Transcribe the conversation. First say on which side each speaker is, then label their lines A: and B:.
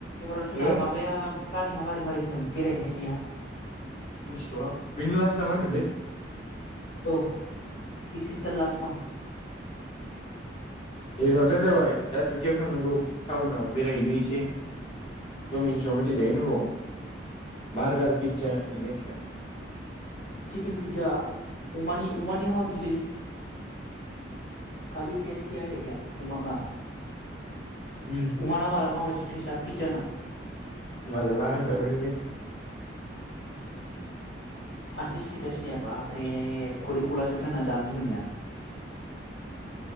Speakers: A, on the left; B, on the left.
A: एबाराव जोंना
B: है
A: माबाया प्लानिङा मारै मारै होनदों बेरायहैनायनिया?
B: मिथिथ'वा बेनो लास्ट नामा होनदोंलै।
A: औ दिस इस दा लास्ट वान।
B: एगार'ता जाबाय दा दुइथायाव थांनांगौ टाउनाव बेरायहैनो एसे दमिनिसाव मेथाइ जाहैनांगौ बार्गार पिज्जा <unintelligible>
A: चिकेन पिज्जा अमानि अमानिया माबायदिलै काबि टेस्ट किया हे क्या अमा का?
B: उम
A: अमाना माला माबायदि टेस्टा पिज्जाना?
B: मालायबा आं जाफेराखैलै।
A: आनसाय स्टेटास होनाया बाप रे खदै गलाजोबदों आना जानो लुबैनाया।